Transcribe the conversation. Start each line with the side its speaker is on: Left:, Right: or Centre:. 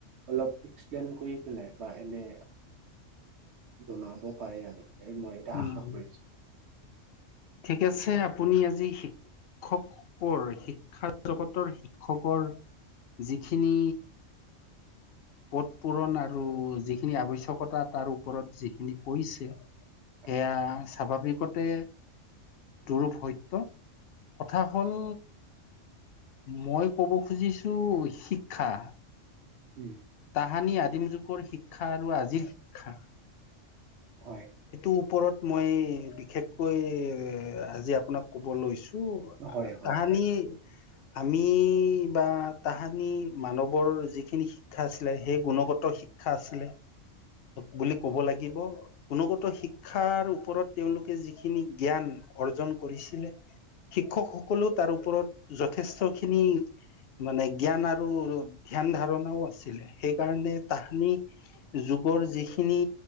Right: অলপ এক্সপ্লেইন কৰি পেলাই বা এনে জনাব পাৰে আৰু মানে মই এতিয়া
Left: উম,
Right: আশা কৰিছো
Left: ঠিক আছে আপুনি আজি শিক্ষা শিক্ষকৰ শিক্ষা জগতৰ শিক্ষকৰ যিখিনি পথ পূৰণ আৰু যিখিনি আৱশ্যকতা তাৰ ওপৰত যিখিনি কৈছে।
Right: হয়
Left: সেয়া স্বাভাৱিকতে দোৰূপ সত্য। কথা হ'ল মই ক'ব খুজিছোঁ শিক্ষা।
Right: উম।
Left: তাহানিৰ আদিম যুগৰ শিক্ষা আৰু আজিৰ শিক্ষা।
Right: হয়
Left: ওপৰত মই বিশেষকৈ আজি আপোনাক ক'ব লৈছোঁ। তো
Right: হয় হয়
Left: তাহানি
Right: হয়
Left: আমি বা তাহানি মানৱৰ যিখিনি শিক্ষা আছিলে সেই গুণগত শিক্ষ শিক্ষা আছিলে বুলি ক'ব লাগিব, গুণগত শিক্ষা শিক্ষাৰ ওপৰত তেওঁলোকে যিখিনি জ্ঞান অৰ্জন কৰিছিলে। শিক্ষকসকলেও তাৰ ওপৰত যথেষ্ট খিনি। মানে জ্ঞান আৰু ধ্যান ধাৰণাও আছিলে, সেই কাৰণে তাহানি যুগৰ যিখিনি